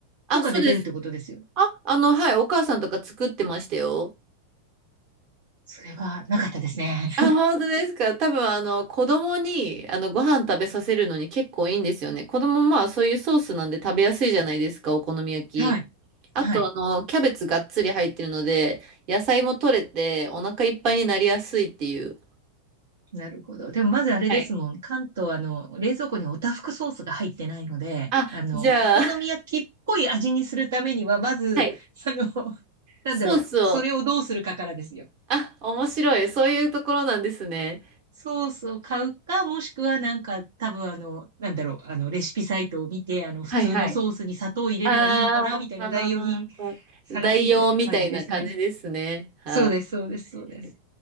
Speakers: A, on the right; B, on the right.
A: あ、
B: とかで出るってことですよ。
A: そうです。あ、あの、はい、お母さんとか作ってましたよ。
B: それはなかったですね。
A: あ、本当ですか。多分、あの、子供に、あの、ご飯食べさせるのに結構いいんですよね。子供、まあ、そういうソースなんで食べやすいじゃないですか、お好み焼き。
B: はい。
A: あと、
B: はい。
A: あの、キャベツがっつり入ってるので、野菜も取れて、お腹いっぱいになりやすいっていう。
B: なるほど。でもまずあれですもん。
A: はい。
B: 関東、あの、冷蔵庫におたふくソースが入ってないので、
A: あ、
B: あの、
A: じゃあ、
B: お好み焼きっぽい味にするためには、
A: <laughs>
B: まず、
A: はい。
B: あの、<laughs> なんだろう、
A: ソースを
B: それをどうするかからですよ。
A: あ、面白い。そういうところなんですね。
B: ソースを買うか、もしくはなんか、多分あの、なんだろう、あの、レシピサイトを見て、あの、普通のソースに砂糖を入れればいいのかな、
A: はいはい。あーあー、
B: みたいな代用品探すみたいな感じですね。
A: 代用みたいな感じですね。は
B: そうです、そうです、そうです。
A: い。